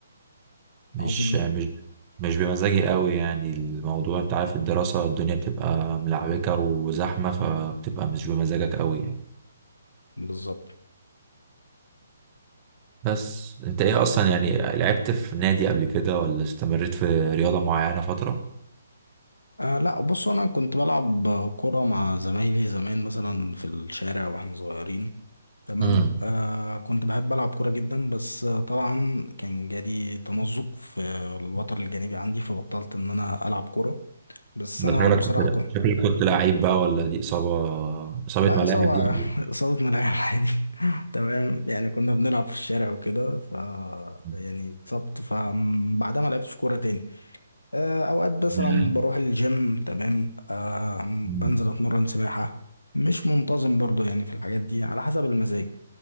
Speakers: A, on the right; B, on the left.
A: مش
B: عظيم
A: مش مش بمزاجي قوي يعني الموضوع انت عارف الدراسة الدنيا بتبقى ملعبكة وزحمة فبتبقى مش بمزاجك قوي يعني
B: بالظبط
A: بس انت ايه اصلا يعني لعبت في نادي قبل كده ولا استمريت في رياضة معينة فترة
B: أه لا بص انا كنت بلعب كرة مع زمايلي زمان مثلا في الشارع واحنا صغيرين تمام
A: امم
B: أه كنت بحب العب كرة جدا بس آه، طبعا كان جالي تمزق في الوتر الجانبي عندي فبطلت ان انا العب كرة بس
A: ده
B: انا
A: شكلك
B: بصراحة
A: كنت لا
B: كنت
A: شكلك كنت لعيب بقى ولا دي إصابة إصابة
B: لا
A: ملاعب
B: إصابة
A: دي
B: <laughs> إصابة ملاعب عادي <laughs> تمام يعني كنا بنلعب في الشارع وكده ف
A: <laughs>
B: يعني اتصبت فبعدها ما لعبتش كورة تاني آه، اوقات مثلا
A: مم.
B: بروح الجيم تمام آه،
A: مم.
B: بنزل اتمرن سباحة مش منتظم برضو يعني في الحاجات دي على حسب المزاج